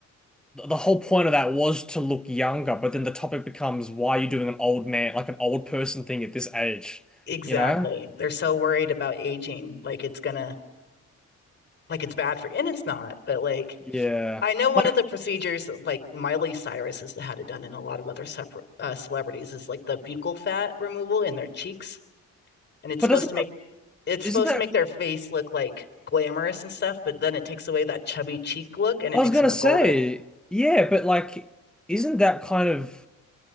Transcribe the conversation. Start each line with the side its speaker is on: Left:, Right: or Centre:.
Centre: th- the whole point of that was to look younger, but then the topic becomes why are you doing an old man, like an old person thing at this age,
Left: Exactly.
Centre: you know?
Left: They're so worried about aging, like it's gonna like it's bad for, and it's not, but like
Centre: Yeah.
Left: I know one
Centre: Like,
Left: of the procedures, like Miley Cyrus has had it done, and a lot of other separ- uh, celebrities is like the buccal fat removal in their cheeks, and it's
Centre: but
Left: supposed
Centre: doesn't
Left: to
Centre: that,
Left: make it's
Centre: isn't
Left: supposed
Centre: that
Left: to make their face look like glamorous and stuff, but then it takes away that chubby cheek look and it
Centre: I was
Left: makes
Centre: gonna
Left: them look
Centre: say,
Left: older.
Centre: yeah, but like, isn't that kind of